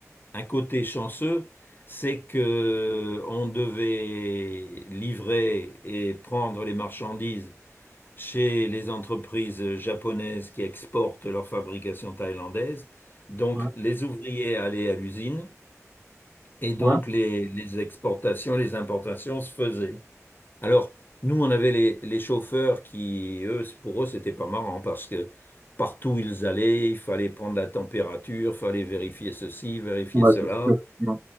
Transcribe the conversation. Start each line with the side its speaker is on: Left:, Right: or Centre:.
Left: un côté chanceux, c'est que on devait livrer et prendre les marchandises chez les entreprises japonaises qui exportent leur fabrication thaïlandaise. Donc,
Right: Ouais,
Left: les ouvriers allaient à l'usine et donc
Right: ouais.
Left: les les exportations, les importations se faisaient. Alors, nous, on avait les, les chauffeurs qui, eux, c'est- pour eux, c'était pas marrant parce que partout où ils allaient, il fallait prendre la température, fallait vérifier ceci, vérifier
Right: Ouais,
Left: cela.
Right: c'est sûr. Mmh.